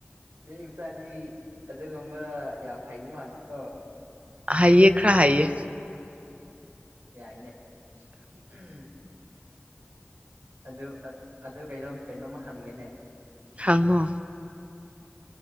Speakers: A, on the right; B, on the right.
A: ꯑꯗꯨ <inaudible> ꯃꯤ ꯃꯆꯥꯗꯤ ꯑꯗꯨꯒꯨꯝ ꯌꯥꯝ ꯍꯩ ꯃꯥꯜꯂꯤꯀꯣ
B: ꯍꯩꯌꯦ ꯈꯔꯥ ꯍꯩꯌꯦ
A: ꯌꯥꯏꯅꯦ ꯎꯝ ꯑꯗꯨ ꯑꯗꯨ ꯀꯩꯅꯣ ꯀꯩꯅꯣꯝꯃ ꯍꯪꯒꯦꯅꯦ
B: ꯈꯥꯡꯉꯣ